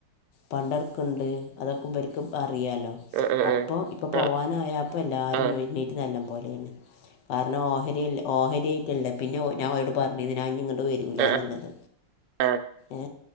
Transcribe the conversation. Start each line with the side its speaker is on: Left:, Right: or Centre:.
Left: പണ്ടടുക്ക്ണ്ട് അതൊക്കെ ഇബര്ക്ക് അറിയാലോ
Right: ആഹ് ആഹ്
Left: അപ്പോ
Right: ആഹ്
Left: ഇപ്പൊ പോവാനായാപ്പല്ലാരു
Right: ആഹ് ആഹ്
Left: നൊയ്മി നല്ല പോലേണ് കാരണം ഓഹരിയല് ഓഹരിയ്റ്റല്ല പിന്നെ ഓ ഞാൻ ഓലോട് പർഞ്ഞീന്ന് ഞാൻ ഇങ്ങട്ട് വ രൂലാന്ന്ള്ളത്
Right: ആഹ് ആഹ്
Left: എ